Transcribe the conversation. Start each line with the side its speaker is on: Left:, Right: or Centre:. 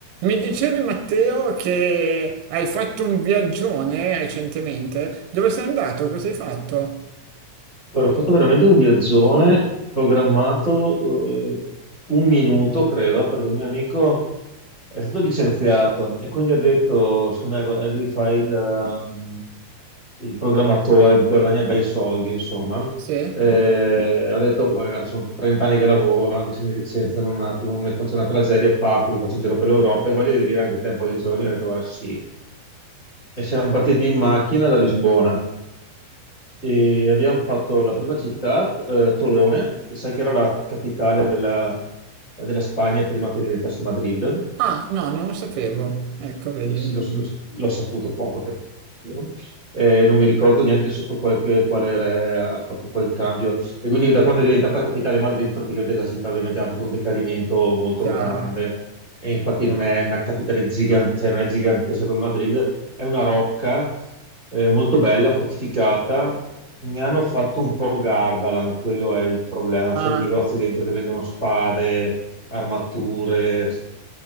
Right: Mi dicevi Matteo che hai fatto un viaggione recentemente? Dove sei andato? Cosa hai fatto?
Left: Guarda, ho fatto veramente un viaggione programmato eh, un minuto, credo, perché un mio amico è stato licenziato e quindi ha detto, secondo me, guarda, lui fa il, ehm, il programmatore, guadagna bei soldi, insomma.
Right: Sì?
Left: Eh, ha detto, boh, guarda, sono 30 anni che lavoro, anche se mi licenziano un attimo, non ne faccio una tragedia, parto, mi faccio un giro per l'Europa e voglio venire anche te un po' di giorni. Ho detto, guarda, sì. E siamo partiti in macchina da Lisbona e abbiamo fatto la prima città, eh, Tolone, che sai che era la capitale della, della Spagna prima che diventasse Madrid,
Right: Ah, no, non lo sapevo. Ecco, vedi,
Left: eh, sì,
Right: mi-
Left: l'ho l'ho- l'ho saputo poco tempo fa anch'io. Eh, non mi ricordo neanche sotto qualche- quale re ha fatto poi il cambio. E quindi da quando è diventata capitale Madrid, praticamente la città ovviamente ha avuto un decadimento molto
Right: chiaro.
Left: grande. E infatti non è una capitale gigante, cioè non è gigantesca come Madrid, è una rocca eh, molto bella, fortificata. Ne hanno fatto un po' Gardaland, quello è il problema.
Right: Ah,
Left: Sai, i negozi dentro che vendono spade, armature